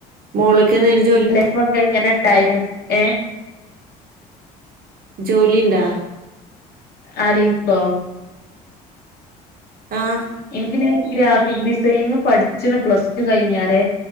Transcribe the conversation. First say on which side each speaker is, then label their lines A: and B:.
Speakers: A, on the right (about 50°); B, on the left (about 55°).
A: മോള്ക്കെ <unintelligible>
B: ലൈഫോക്കെ എങ്ങനെ ഇണ്ടായിനു ഏഹ്
A: ജോലി ഇണ്ടാ?
B: ആര് ഇൻക്കോ?
A: ആഹ്.
B: ഇൻക്ക് ഞാൻ ഗ്രാഫിക് ഡിസൈനിങ് പഠിച്ചണ് പ്ലസ് ടു കഴിഞ്ഞാരെ